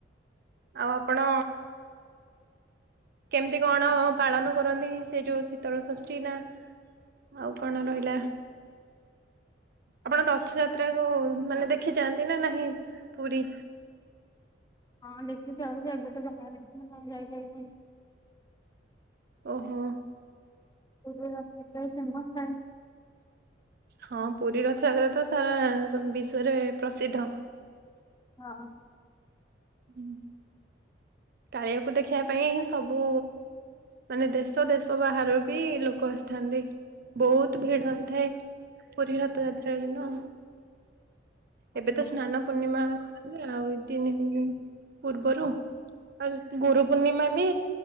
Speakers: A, on the right; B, on the left.
A: ଆଉ ଆପଣ କେମିତି କଣ ପାଳନ କରନ୍ତି ସେ ଯଉ ଶୀତଳ ଷଷ୍ଠୀ ନା ଆଉ କଣ ରହିଲା ଆପଣ ରଥଯାତ୍ରାକୁ ମାନେ ଦେଖି ଯାଆନ୍ତି ନା ନାହିଁ ପୁରୀ?
B: ହଁ ଦେଖି <unintelligible> ଏବେ ତ ବାହାର ହେଇଛି ନା <unintelligible> ଯାଇପାରିବନି।
A: ଓହୋ।
B: <unintelligible> ରଥ <unintelligible> ଫେମସ ହେ
A: ହଁ ପୁରୀ ରଥଯାତ୍ରା ତ ସାରା ବିଶ୍ଵରେ ପ୍ରସିଦ୍ଧ।
B: ହଁ
A: ହୁଁ କାଳିଆକୁ ଦେଖିବା ପାଇଁ ସବୁ ମାନେ ଦେଶ ଦେଶ ବାହାରୁ ବି ଲୋକ ଆସିଥାନ୍ତି ବହୁତ ଭିଡ ହେଇଥାଏ। ପୁରୀ ରଥ ଯାତ୍ରା ଦିନ
B: କଣ
A: ଏବେ ତ ସ୍ନାନ ପୂର୍ଣ୍ଣିମା <unintelligible> ଆଉ ତିନି ଦିନ ପୂର୍ବରୁ। ଆଉ ଗୁରୁ ପୂର୍ଣ୍ଣିମା ବି